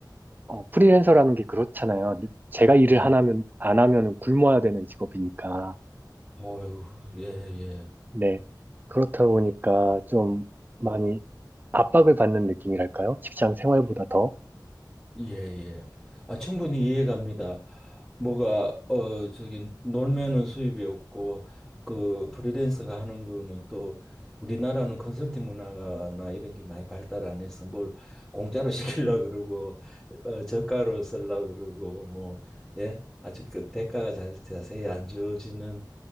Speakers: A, on the right; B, in the centre.
A: 어, 프리랜서라는 게 그렇잖아요. 제가 일을
B: 예,
A: 안 하면, 안 하면 굶어야 되는 직업이니까.
B: 어유, 예, 예.
A: 네. 그렇다 보니까 좀 많이 압박을 받는 느낌이랄까요? 직장 생활보다 더.
B: 예, 예. 아, 충분히 이해 갑니다. 뭐가 어 저기 놀면은 수입이 없고 그 프리랜서가 하는 거는 또 우리나라는 컨설팅 문화나 이런 게 많이 발달 안 해서 뭘 공짜로 <laughs> 시키려고 그러고 어, 저가로 쓰려고 그러고 뭐 예. 아주 그 대가가 자, 자세히 안 주어지는